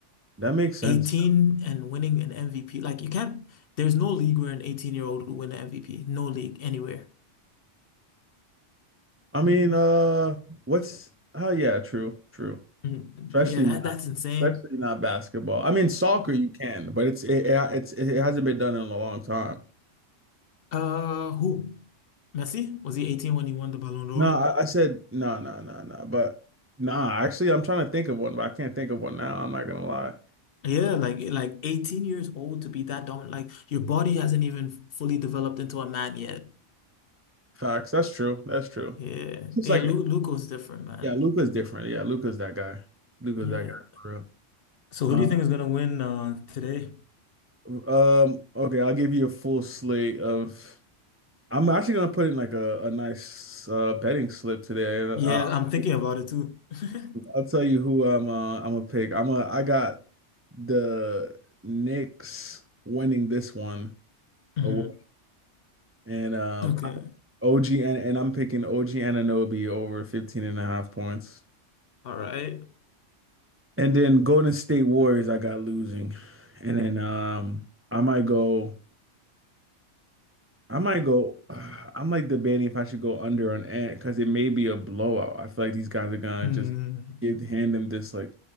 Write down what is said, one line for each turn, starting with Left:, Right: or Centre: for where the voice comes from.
Right: that makes sense.
Left: 18 and winning an MVP. Like you can't, there's no league where an 18 year old will win an MVP. No league anywhere.
Right: I mean, uh what's oh yeah, true, true.
Left: Mm,
Right: Especially
Left: yeah, that,
Right: not
Left: that's insane.
Right: especially not basketball. I mean, soccer
Left: Uh,
Right: you can, but it's it, it- it's it hasn't been done in a long time.
Left: who? Messi? Was he 18 when he won the Ballon d'Or?
Right: No, I, I said no, no, no, no. But nah, actually I'm trying to think of one, but I can't think of one now. I'm not gonna lie.
Left: Yeah, like like 18 years old to be that dominant. Like your body hasn't even fully developed into a man yet.
Right: Facts. That's true. That's true.
Left: Yeah.
Right: It's
Left: Yeah,
Right: like,
Left: Lu Luka's different, man.
Right: yeah, Luca's different. Yeah, Luca's that guy. Luca's
Left: Yeah.
Right: that guy for real.
Left: So
Right: Uh,
Left: who do you think is gonna win uh today?
Right: um, okay, I'll give you a full slate of. I'm actually gonna put in like a, a nice uh, betting slip today.
Left: Yeah,
Right: And I'll,
Left: I'm thinking about it too. <laughs>
Right: I'll tell you who I'm. Uh, I'm gonna pick. I'm a. I got the Knicks winning this one
Left: hmm
Right: away, and um,
Left: Okay.
Right: OG and and I'm picking OG Anunoby over 15 and a half points.
Left: All right.
Right: And then Golden State Warriors, I got losing. And then um I might go I might go <sighs> uh, I'm like debating if I should go under on Ant because it may be a blowout. I feel like these guys are gonna
Left: Mm,
Right: just give hand them this like